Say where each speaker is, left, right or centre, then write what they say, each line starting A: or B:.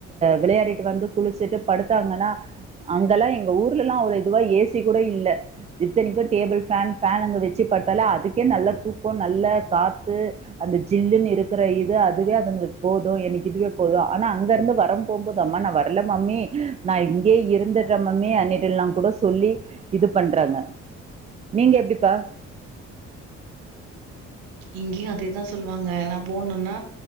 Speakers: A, on the right; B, on the right.
A: விளையாடிட்டு வந்து குளிச்சுட்டு படுத்தாங்கனா அங்க லா எங்க ஊர்லலா அவ்ள இதுவா ஏ சி கூட இல்ல இத்தனிக்கு டேபிள் ஃபேன் ஃபேன் அங்க வச்சு படு தாலே அதுக்கே நல்ல தூக்க நல்ல காத்து அந்த ஜில்லுன்னு இருக்கிற இது அதுவே அதுங்களுக் போது எனக்கு இதுவே போது ஆனா அங்க இருந்து வரம் போம் போது அம்மா நா வரல மம்மி நா இங்கயே இருந்தர் ற மம்மி அன்னைக்கெல்லாங் கூட சொல்லி இது பண்றாங்க நீங்க எப்டிப்பா
B: இங்கியும் அதேதா சொல்வாங்க நா போனுன்னா